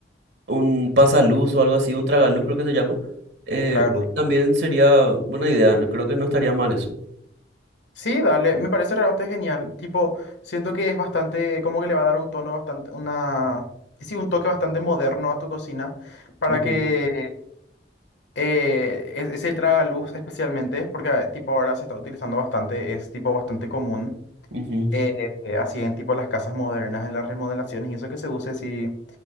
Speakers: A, on the right (about 70°); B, on the left (about 80°).
A: un pasaluz o algo así, un tragaluz creo que se llama, eh,
B: Para luz.
A: también sería buena idea, no- creo que no estaría mal eso.
B: Sí, dale, me parece realmente genial. Tipo, siento que es bastante, como que le va a dar un tono bastante, una, sí, un toque bastante moderno a tu cocina para
A: Ujú,
B: que eh, es- ese tragaluz especialmente, porque eh, tipo ahora se está utilizando bastante, es tipo bastante común,
A: ujú.
B: eh, eh, así en tipo las casas modernas, en las remodelaciones y eso que se use, sí,